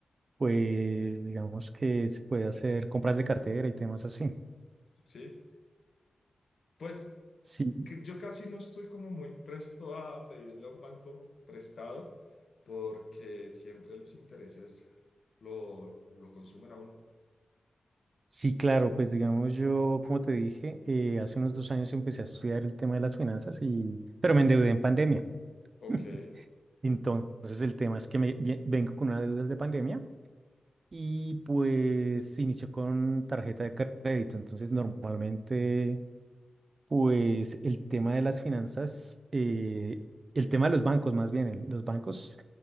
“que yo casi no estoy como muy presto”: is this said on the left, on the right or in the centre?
Left